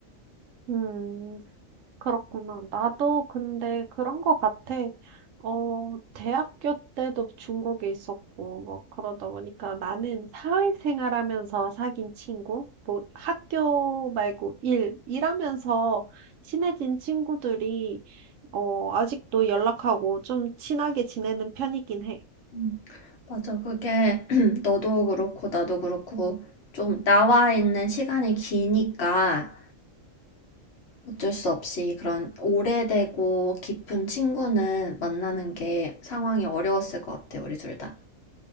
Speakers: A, on the right (about 75°); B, on the left (about 55°).
A: 음. 그렇구나. 나도 근데 그런 거 같아. 어, 대학교 때도 중국에 있었고, 뭐, 그러다 보니까 나는 사회생활 하면서 사귄 친구, 뭐, 학교 말고 일, 일하면서 친해진 친구들이, 어, 아직도 연락하고 좀 친하게 지내는 편이긴 해.
B: 음, 맞아. 그게 <clears throat> 너도 그렇고, 나도 그렇고, 좀 나와 있는 시간이 기니까, 어쩔 수 없이 그런 오래되고 깊은 친구는 만나는 게 상황이 어려웠을 것 같아, 우리 둘 다.